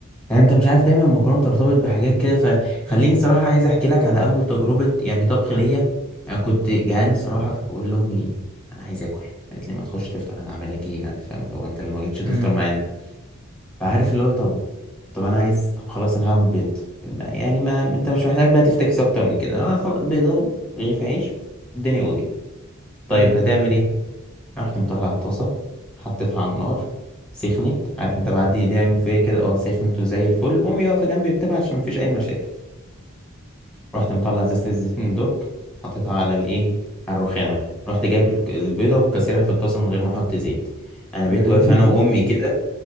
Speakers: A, in the centre; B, on the right (about 20°).
A: يعني انت مش عارف دايما المكرونه بترتبط بحاجات كده فخليني صراحه عايز احكي لك على اول تجربه يعني طبخ ليا انا كنت جعان صراحه فبقول لامي انا عايز اكل قالت لي ما تخش تفطر انا عامل لك ايه يعني فاهم اللي هو انت اللي ما جيتش تفطر
B: امم
A: معانا فعارف اللي هو طب طب انا عايز طب خلاص انا هعمل بيض ما- يعني ما انت مش محتاج بقى تفتكس اكتر من كده اه خلاص بيضه ورغيف عيش والدنيا قضيت طيب
B: امم
A: هتعمل ايه؟ رحت مطلع الطاسة حطيتها على النار سخنت عارف انت بعد ايديها يوم فيا كده اه سخنت وزي الفل وامي واقفة جنبي بتابع عشان مفيش اي مشاكل رحت مطلع ازازة الزيتون درج حطيتها على الايه على الرخامة رحت جايب الك- البيضة وكسرها في الطاسة من غير ما احط زيت انا بقيت
B: جميل
A: واقف انا وامي كده